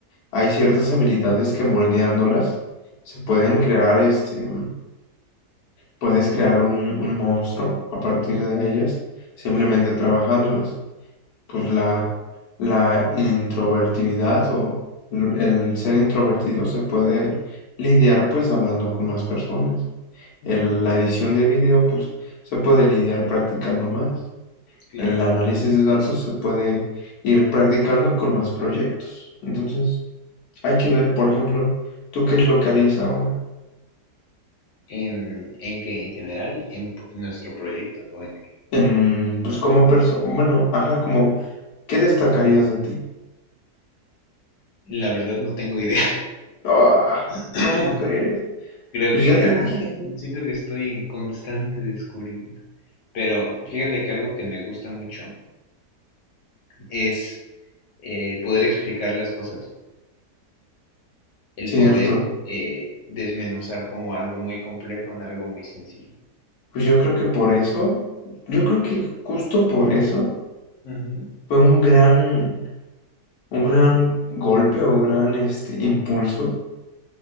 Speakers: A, on the left; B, on the left.
A: hay ciertas habilidades que moldeándolas se pueden crear este, Puedes crear un, un monstruo a partir de ellas, simplemente trabajándolas. Pues la,
B: claro,
A: la introvertibilidad o l- el ser introvertido se puede lidiar pues hablando con más personas.
B: ujú,
A: El- la edición de video pues se puede lidiar practicando más.
B: claro.
A: El análisis de
B: Sí,
A: datos
B: sí, sí.
A: se puede ir practicando con más proyectos. Entonces hay que ver, por ejemplo, tú qué es lo que harías ahora.
B: ¿En, en que ¿En general? ¿En p- nuestro proyecto o en qué?
A: En, pues como persona, bueno, ajá, como ¿Qué destacarías de ti?
B: La verdad no tengo idea.
A: Ah,
B: <laughs> <clears throat>
A: ¿cómo crees?
B: Creo
A: Pues
B: que,
A: ya te
B: ajá,
A: dije,
B: es- siento que estoy en constante descubrimiento. Pero fíjate que algo que me gusta mucho es eh, poder explicar las cosas, el
A: cierto.
B: poder eh, desmenuzar como algo muy complejo en algo muy sencillo.
A: Pues yo creo que por eso, yo creo que justo por eso
B: Ujú.
A: fue un gran, un gran golpe o gran este impulso.